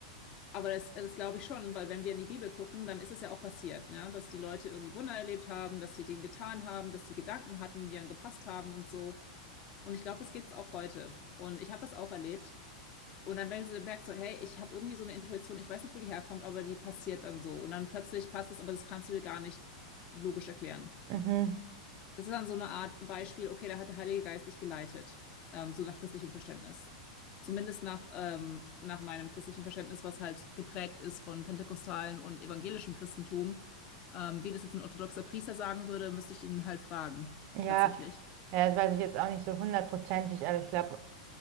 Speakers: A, on the left; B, on the right.
A: Aber das, das glaube ich schon, weil wenn wir in die Bibel gucken, dann ist es ja auch passiert, ne? Dass die Leute irgendwie Wunder erlebt haben, dass die Dinge getan haben, dass die Gedanken hatten, die dann gepasst haben und so. Und ich glaube, das gibt's auch heute. Und ich habe es auch erlebt. Und dann, merkst du so merkst, so, hey, ich habe irgendwie so eine Intuition, ich weiß nicht, wo die herkommt, aber die passiert dann so. Und dann plötzlich passt es, aber das kannst du dir gar nicht logisch erklären.
B: Mhm.
A: Das ist dann so eine Art Beispiel, okay, da hat der Heilige Geist dich geleitet, ähm, so nach christlichem Verständnis. Zumindest nach, ähm, nach meinem christlichen Verständnis, was halt geprägt ist von pentekostalen und evangelischem Christentum. Ähm, wie das jetzt ein orthodoxer Priester sagen würde, müsste ich ihn halt fragen,
B: Ja,
A: tatsächlich.
B: ja, das weiß ich jetzt auch nicht so hundertprozentig, aber ich glaube,